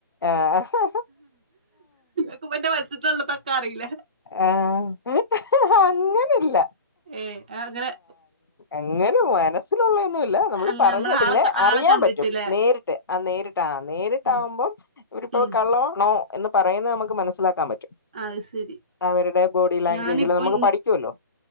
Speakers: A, on the left (about 75°); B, on the right (about 20°).
A: ആഹ്
B: ക്ക മറ്റേ വച്ചിട്ടള്ളതൊക്കെ അറിയില്ല
A: ആഹ് അങ്ങനില്ല
B: ഏഹ് അങ്ങനെ
A: എങ്ങനെ മനസ് ഇതിലുള്ളൊന്നല്ല നമ്മൾ
B: അങ്ങനെ
A: പറഞ്ഞ
B: നമ്മളെ
A: പിന്നെ
B: ആളെ ആളെ
A: അറിയാൻ
B: കണ്ടിട്ടില്ലേ
A: പറ്റും നേരിട്ട് ആ നേരിട്ടാ നേരിട്ടാവുമ്പോൾ
B: ഉം
A: ഒരിപ്പൊ
B: ഉം
A: കള്ളോണോ എന്ന് പറയുന്നത് നമുക്ക് മനസ്സിലാക്കാൻ പറ്റും
B: അത് ശരി
A: അവരുടെ ബോഡി ലാംഗ്വേജില്
B: ഞാനിപ്പ
A: നമുക്ക്
B: ഇൻ
A: പഠിക്കുവല്ലോ